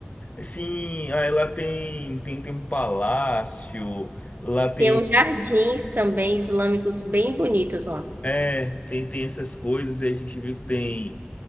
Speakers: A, on the left; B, on the right.
A: sim, aí lá tem, tem, tem um palácio, lá tem,
B: Tem uns jardins também islâmicos bem bonitos lá.
A: é, tem, tem essas coisas, e a gente viu que tem